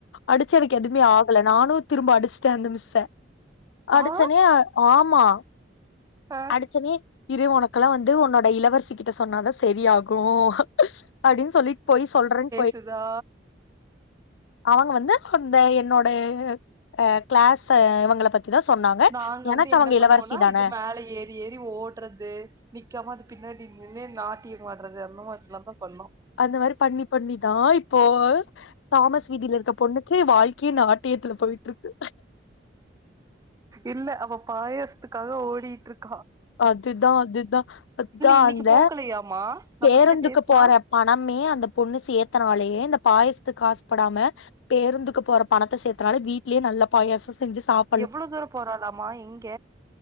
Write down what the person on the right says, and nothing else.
ஆ
ஆ
திதா
நாங்க
வந்து என்ன
பண்ணுவோன்னா
இது மேல ஏறி ஏறி ஓடுறது நிக்காம அது பின்னாடி இனிமே நாட்டியமாடுறது அந்த மாரிலா தா பண்ணோ
இல்ல அவ பாயசத்துக்காக ஓடிட்டு இருக்கா
இன்னைக்கு
போகலையாமா நம்ம
கிட்ட பேசுனா
எவ்ளோ தூரோ போறலாமா எங்க